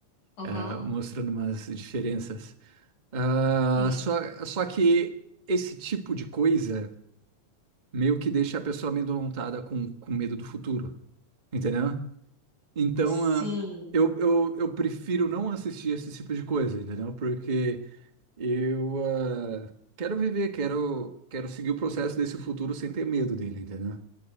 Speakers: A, on the left (about 70°); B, on the right (about 30°).
A: Aham.
B: Ah, mostrando umas diferenças. Ah,
A: Sim.
B: só, só que esse tipo de coisa meio que deixa a pessoa amedrontada com, com medo do futuro, entendeu? Então,
A: Sim,
B: ah, eu, eu, eu prefiro não assistir esse tipo de coisa, entendeu? Porque eu ah, quero viver, quero, quero seguir o processo desse futuro sem ter medo dele, entendeu?